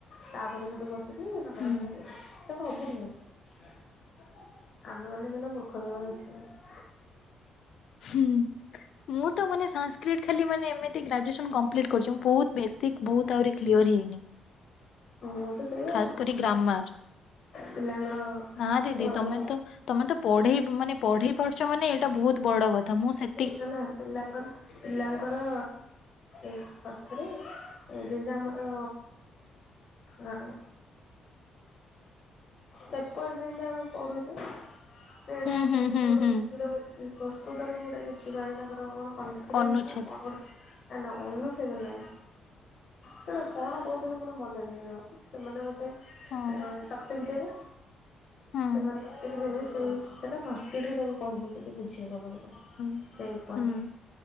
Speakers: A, on the left; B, on the left.
A: ତାପରେ ସେଇଠୁ ବସିକି ଙ୍କ
B: ହୁଁ
A: ର ସବୁଠି ହଉଛି ଆମେ ମାନେ ହେଲା <unintelligible>
B: ହୁଁ। ମୁଁ ତ ମାନେ ସଂସ୍କ୍ରଟ ଖାଲି ମାନେ ଏମିତି ଗ୍ରାଜୁଏସନ କମ୍ପ୍ଲିଟ୍ କରିଛି ମୁଁ ବହୁତ ବେସିକ୍ ବହୁତ ଆହୁରି କ୍ଲିୟର ହେଇନି।
A: ମୁଁ ତ ସେଇଆ
B: ଖାସ
A: ଆଉ କଣ
B: କରି ଗ୍ରାମାର।
A: ପିଲାଙ୍କର
B: ନା ଦିଦି
A: ସେମାନେ
B: ତମେ ତ ତମେ ତ ପଢେଇ ମାନେ ପଢେଇ ପାରୁଛ ମାନେ ଏଇଟା ବହୁତ ବଡ କଥା ମୁଁ ସେ
A: ହେଲା ପିଲାଙ୍କର ପିଲାଙ୍କର ଏ ଥରେ ଥରେ ଯେମିତି ଆମର ଆଁ। ପେପର ଯେମିତି ଆମେ ପଢୁଛେ ସେଇଟା
B: ହୁଁ
A: ସେମିତି
B: ହୁଁ ହୁଁ
A: ଗୋଟେ
B: ହୁଁ
A: ହିନ୍ଦୀରେ ଗୋଟେ ସଂସ୍କୃତରେ ବି ଗୋଟେ ଜୀତିିବାଣୀ ତାଙ୍କର କଣ କନଫିଡେନ୍ସ
B: ଅନୁଚ୍ଛେଦ
A: ନା କଣ ଗୋଟେ ନା ନା ଅନୁଛେଦ ନାହିଁ। ସେଇଟା କଣ କହୁଛନ୍ତି ମୋଟେ ମନେ ନାହିଁ ଆଉ ସେମାନେ ଗୋଟେ
B: ହଁ
A: ଏ ଦେଇ ଦେବେ।
B: ହୁଁ
A: ସେମାନେ ଟପିକି ଦେବେ ସେଇ ସେଟା ସାସ୍କୃତିରେ ତାକୁ କହିବୁ ସେଇଠି ବୁଝେଇବା କବ
B: ହୁଁ
A: ସେଇ ଉପରେ
B: ହୁଁ